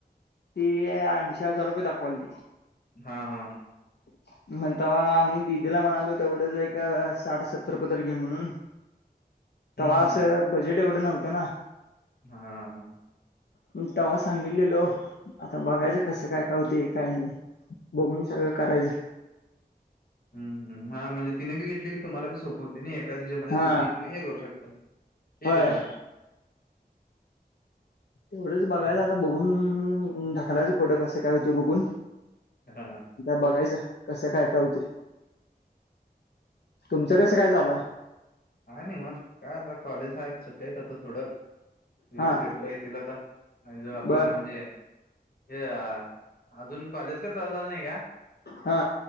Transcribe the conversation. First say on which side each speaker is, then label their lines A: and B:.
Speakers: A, on the left; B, on the left.
A: ती ऐंशी हजार रुपये दाखवालाती.
B: हा हा.
A: ह <inaudible> मग तेव्हा आम्ही दिदीला म्हणालो तेवढंच एक साठ सत्तर पतर घे म्हणून तेव्हा
B: हम्म हम्म
A: असं बजेट एवढं नव्हतं ना.
B: हा हा
A: म तेव्हा सांगितलेलो आता बघायचं कसं काय काय होते, काय नाही. बघून सगळं करायचं.
B: हम् हम हा म्हणजे तिने बी घेतली की तुम्हाला बी सोप होते नाही एकाच हिच्यामध्ये
A: हा
B: दोन्ही तुम्ही हे करू शकता. ते
A: होय
B: भ ह <inaudible>
A: तेवढंच बघायचं आता बघून ढकलायचं पुढं कं- काय होते बघून.
B: हा
A: बघायचं कसं काय काय होतंय तुमचं कसं काय झालंय.
B: हाय निवांत काय आता कॉलेज आहेत सुट्ट्या आहेत. आता थोडं दिवस
A: हा
B: पेपर आहीत. येतिला तर ज आपला
A: बर
B: म्हणजे हे- अजून कॉलेज का चालू झालं नाही का?
A: हा